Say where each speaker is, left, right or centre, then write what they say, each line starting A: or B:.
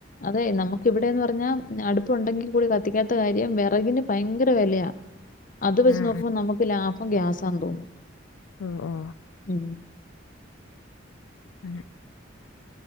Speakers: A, on the left (about 45°); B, on the left (about 85°).
A: അതെ നമുക്കിവിടെന്ന് പറഞ്ഞാ അടുപ്പ്ണ്ടെങ്കിൽ കൂടി കത്തിക്കാത്ത കാര്യം വിറകിന് ഭയങ്കര വിലയാ അത് വെച്ച്
B: ഉം
A: നോക്കുമ്പോ നമുക്ക് ലാഭം ഗ്യാസാന്ന്തോന്നും
B: ഉം ഓ
A: ഉ
B: ഉം